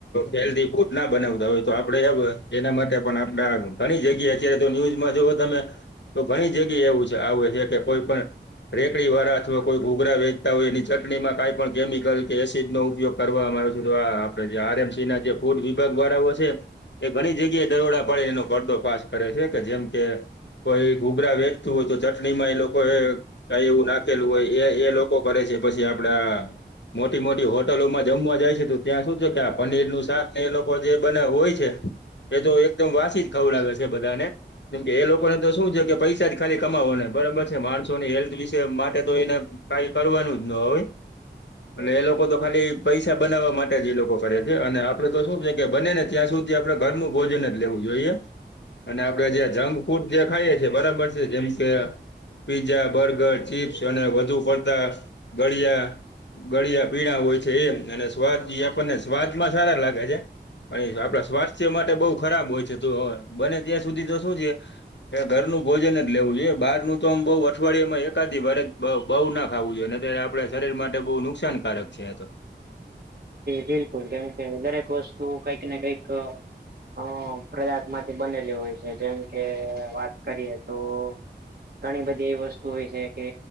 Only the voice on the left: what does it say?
હેલ્ધી ફૂડના બનાવતા હોય તો આપડે એના માટે પણ આપે ઘણી જગ્યા. અત્યારે તો ન્યુઝમાં જોઓ તમે. તો ઘણી જગ્યા છે. આવે છે. કે કોઈ રેકડીવાળા. અથવા કોઈ ઘૂઘરા વેચતા હોય એની ચટણીમાં કંઈ પણ કેમિકલ કે એસિડનો ઉપયોગ કરવામાં આવે છે. તો આ. આર એમ સીના જે ફૂડ વિભાગ વાળાઓ છે. એ ઘણી જગ્યાએ દરોડા પાડી એનો પડદો ફ્રેશ કરે છે. કે જેમ કે. કોઈ ઘૂઘરા વેચતું હોય તો ચટણીમાં એ લોકો એ કઈ એવું નાખી. લું હોય એ એ લોકો કરે છે પછી આપડા. મોટી મોટી હોટલોમાં જમવા જાય છે, તો ત્યાં સુું છે. કે આ પનીરનું શાકને એ લોકો જે બને હોય છે. એ તો એકદમ વાસી જ ખવડાવે છે. બધાને. કેમ કે એ લોકોને તો શું છે. કે પૈસા જ ખાલી કમાવવાો ને બરાબર છે. માણસોની હેલ્થ વિશે. તો એને કઈ કરવાનું જ ન હોય. અને એ લોકો તો ખાલી પૈસા બનાવવા માટે જ એ લોકો કરે છે. અને આપણે તો શું છે કે બને ને. ત્યાં સુધી આપણે ઘરનું ભોજન જ લેવું જોઈએ. અને જે જંક ફૂડ ખાઈએ છીએ, બરાબર છે. જેમ કે પીઝા, બર્ગર, ચીપ્સ અને વધુ પડતા ગળિયા. ગળિયા પીણા હોય છે. એ અને સ્વાદ આપણને સ્વાદમાં સારા લાગે છે. અને આપણા સ્વાસ્થ્ય માટે બહુ ખરાબ હોય છે, તો હવે બને ત્યાં સુધી તો શું છે. એ ઘરનું જ લેવું જોઈએ. બાહરનું તો આમ અઠવાડિયામાંએકાદદી ભરે. બ બહુ ના ખાવું જોઈએનેત્, ત્યારે આપણે શરીર માટે બહુ નુકસાનકારક છે. તો